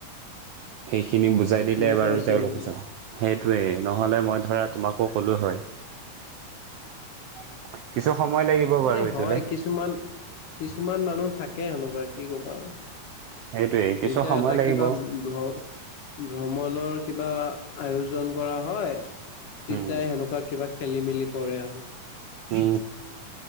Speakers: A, on the right (about 85°); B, on the left (about 75°).
A: সেইখিনি বুজাই দিলে
B: এনেকুৱা
A: বাৰু
B: হৈছে
A: তেওঁলোকো
B: নেকি?
A: যাব, সেইটোয়েই নহ'লে মই ধৰা তোমাকো ক'লোঁ হয়। <unintelligible> লাগিব বাৰু
B: এ
A: এইটোলে
B: হয়, কিছুমান কিছুমান মানুহ থাকে সেনেকুৱা কি কবা আৰু।
A: সেইটোৱে কিছু
B: যেতিয়া
A: সময়
B: এটা
A: লাগিব
B: কিবা ভ্ৰ ভ্ৰমণৰ কিবা আয়োজন কৰা হয়, তেতিয়া
A: উম
B: সেনেকুৱা কিবা খেলি-মেলি কৰে আৰু।
A: উম,